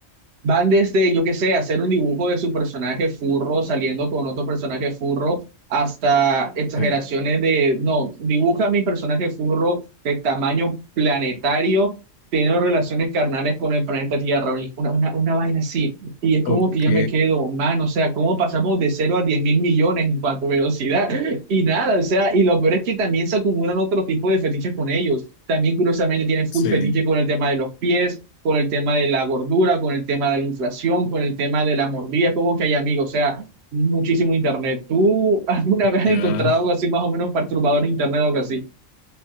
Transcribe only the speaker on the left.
Sí.
Ok.
Sí.
Ya.